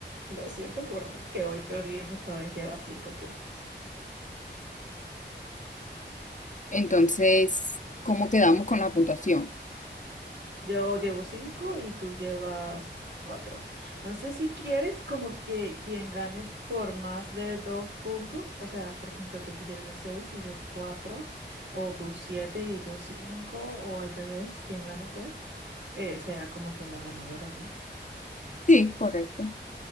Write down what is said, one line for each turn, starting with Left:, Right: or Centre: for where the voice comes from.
Right: Lo siento por mí, que hoy perdiendo esta vez lleva cinco puntos.
Left: Entonces, ¿cómo quedamos con la puntuación?
Right: Yo llevo cinco y tú llevas cuatro. No sé si quieres como que quien gane por más de dos puntos, o sea, por ejemplo, que tú lleves seis y yo cuatro, o tú siete y yo cinco, o al revés, quien gane pues, eh, sea como que la ganadora, ¿no?
Left: Sí, correcto.